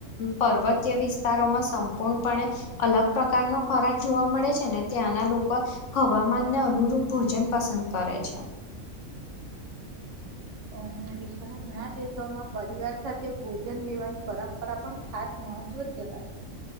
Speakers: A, on the left; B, on the right.
A: પર્વતીય વિસ્તારોમાં સંપૂર્ણપણે અલગ પ્રકારનો ખોરાક જોવા મળે છે ને ત્યાંના લોકો હવામાનને અનુરૂપ ભોજન પસંદ કરે છે.
B: અને વિશ્વના ઘણા દેશોમાં પરિવાર સાથે ભોજન લેવાની પરંપરા પણ ખાસ મહત્વ જ ધરાવે છે.